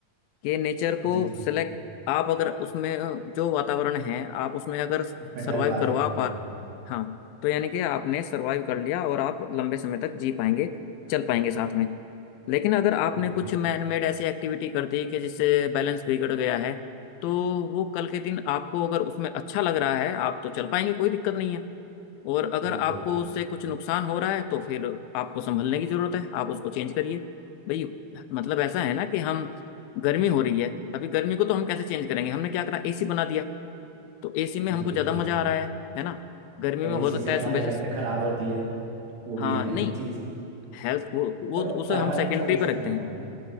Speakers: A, on the left (about 85°); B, on the right (about 80°).
A: कि नेचर को
B: जी जी
A: सिलेक्ट आप अगर उसमें जो वातावरण है आप उसमें अगर सरवाइव
B: उसमें ढल पा रहे
A: करवा
B: हैं कि नहीं
A: पा
B: हाँ
A: हाँ तो यानी कि आपने सरवाइव कर लिया और आप लंबे समय तक जी पाएंगे चल पाएंगे साथ में लेकिन अगर आपने
B: बिल्कुल
A: कुछ मैन मेड ऐसी एक्टिविटी कर दी कि जिससे बैलेंस बिगड़ गया है तो वो कल के दिन आपको अगर उसमें अच्छा लग रहा है आप तो चल पाएंगे कोई दिक्कत नहीं है और अगर
B: बिल्कुल
A: आपको उससे कुछ नुकसान हो रहा है तो फिर आपको संभलने की जरूरत है आप उसको चेंज करिए भाई मतलब ऐसा है ना कि हम गर्मी हो रही है अभी गर्मी को तो हम कैसे चेंज करेंगे हमने क्या करा एसी बना दिया तो एसी में हमको
B: जी
A: ज्यादा
B: बिल्कुल
A: मजा आ रहा है है ना गर्मी
B: और
A: में
B: इसी
A: हो सकता
B: से हमारी
A: है सुबह
B: हेल्थ
A: से
B: खराब होती है वो
A: हाँ
B: भी है ना
A: नहीं
B: एक चीज
A: हेल्थ वो वो
B: पर
A: तो
B: वो
A: उसे
B: परमानेंट
A: हम सेकेंडरी
B: सॉल्यूशन
A: पे रखते
B: नहीं
A: हैं
B: हुआ ना